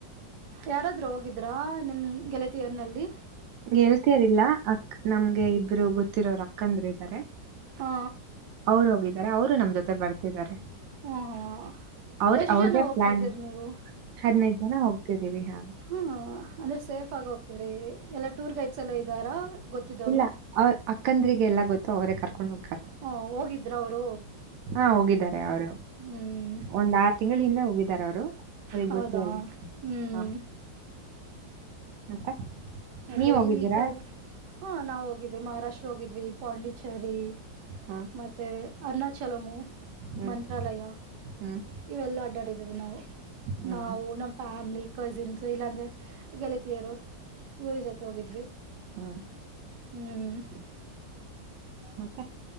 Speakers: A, on the right (about 70°); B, on the right (about 85°).
A: ಯಾರಾದ್ರೂ ಹೋಗಿದ್ರಾ ನಿಮ್ ಗೆಳತಿಯರ್ ನಲ್ಲಿ.
B: ಗೆಳ್ತಾರಿಲ್ಲ ಅಕ್ ನಮ್ಗೆ ಇಬ್ರು ಗೊತ್ತಿರೋರು ಅಕ್ಕಂದ್ರ ಇದಾರೆ.
A: ಹಾ
B: ಅವರು ಹೋಗಿದ್ದಾರೆ ಅವರು ನಮ್ ಜೊತೆ ಬರ್ತಿದ್ದಾರೆ.
A: ಹ್ಮ ಹಾ
B: ಅವದ
A: ಎಷ್ಟ್
B: ಅವ್ರ್ದೇ
A: ಜನ ಹೋಗ್ತಿದ್ದೀರಿ
B: ಪ್ಲಾನ್
A: ನೀವು
B: ಹದ್ಿನೈದು ಜನ ಹೋಗ್ತಿದ್ದೀವಿ ಹಾ.
A: ಹ್ಮ್ ಅಂದ್ರೆ ಸೇಫ್ ಆಗಿ ಹೋಗ್ತರಿ ಎಲ್ಲಾ ಟೂರ್ ಗೈಡ್ಸ್ ಎಲ್ಲ ಇದ್ದಾರಾ. ಗೊತ್ತಿದ್ದವ್ರು
B: ಇಲ್ಲ ಅವ ಅಕ್ಕಂದ್ರಿಗೆ ಎಲ್ಲಾ ಗೊತ್ತು ಅವರೇ ಕರ್ಕೊಂಡ್ ಹೋಗ್ರ್.
A: ಹ್ಮ ಹೋಗಿದ್ರ ಅವರು.
B: ಹಾ ಹೋಗಿದ್ದಾರೆ ಅವರು
A: ಹ್ಮ್
B: ಒಂದ್ ಆರು ತಿಂಗಳ ಹಿಂದೆ ಹೋಗಿದ್ದಾರೆ ಅವರು. ಹಗ್
A: ಹೌದಾ
B: ಗೊತ್ತೇ ಅಲ್ಲ
A: ಹ್ಮ್
B: ಹಾ. ಮತ್ತೆ-
A: ಮತ್ತೆ
B: ನೀವ್ ಹೋಗಿದ್ದೀರಾ
A: ಇಲ್ಲಿ ಈ ಕಡೆ ಹಾ ನಾವ ಹೋಗಿದ್ವಿ ಮಹಾರಾಷ್ಟ್ರ ಹೋಗಿದ್ವಿ ಪಾಂಡಿಚೆರಿ.
B: ಹಾ
A: ಮತ್ತೆ ಅರ್ಣಾಚಲಮು
B: ಹ್ಮ್
A: ಮಂತ್ರಾಲಯ.
B: ಹ್ಮ್
A: ಇವೆಲ್ಲಾ ಅಡ್ಡಾಡಿದೇವಿ ನಾವು
B: ಹ್ಮ್
A: ನಾವು ನಮ್ ಫ್ಯಾಮಿಲಿ ಕಸಿನ್ಸ್ ಇಲ್ಲಾಂದ್ರೆ. ಗೆಳತಿಯರು ಇವ್ರ ಜೊತೆ ಹೋಗಿದ್ವಿ.
B: ಹ್ಮ.
A: ಹ್ಮ್-
B: ಮತ್ತೆ